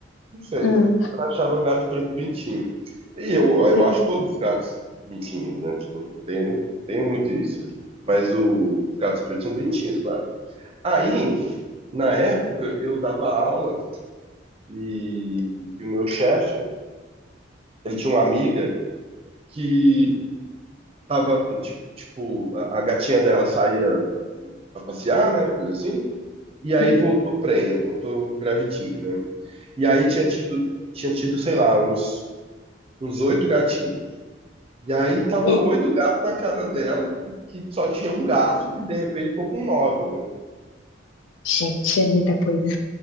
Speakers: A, on the right (about 30°); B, on the left (about 80°).
A: Não sei.
B: Hum,
A: Ela achava gato preto bonitinho. E eu, eu
B: entendi.
A: acho todos os gatos bonitinhos, né? Tipo, não tenho, não tenho muito isso. Mas o- os gatos pretos são bonitinhos, claro. Aí, na época, eu dava aula e, e o meu chefe, ele tinha uma amiga que tava, ti- tipo, a, a gatinha dela saía pra passear, né? Coisa assim. E aí
B: Uhum.
A: voltou prenha, voltou gravidinha, né? E aí tinha tido, tinha tido, sei lá, uns, uns oito gatinhos. E aí tava
B: E,
A: oito gatos na casa dela, que que só tinha um gato, que de repente ficou com nove, né?
B: gente, é muita coisa.